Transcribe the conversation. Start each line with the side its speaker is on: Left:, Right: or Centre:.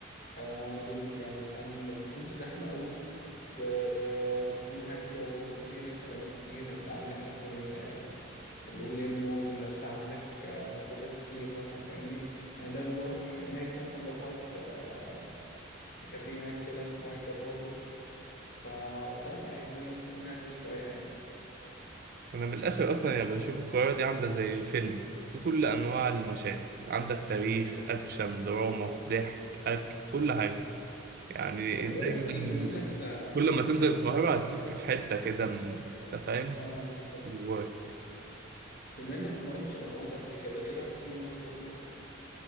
Left: آه، ومدينتي يعني فاهم ما بتكونش زحمه قوي و- آه، وبتكون هاديه وبرضه في هناك خدمات كتير هتلاقي عندك مثلا آه، الاوبن اير مول هتلاقي عندك آه، خروجات كتير مثلا فاهمني يعني دايما بروح هناك مثلا بروح اقعد في آه، في كافيه هناك كده اسمه هاي كاب برضه ف... فلا يعني الدنيا بتكون هاديه شويه يعني
Right: انا من الاخر اصلا يعني بشوف القاهره دي عامله زي فيلم في كل انواع المشاهد عندك تاريخ اكشن دراما ضحك اكل كل حاجه يعني
Left: طب
Right: دايما
Left: بقول لك ايه بما انك
Right: كل ما تنزل
Left: ما رحتش
Right: القاهرة هتسيب فيك حتة كده من- انت فاهم
Left: اه بالظبط
Right: جواك
Left: بما انك ما رحتش الاهرامات قبل كده ايه رايك تيجي نروح بكره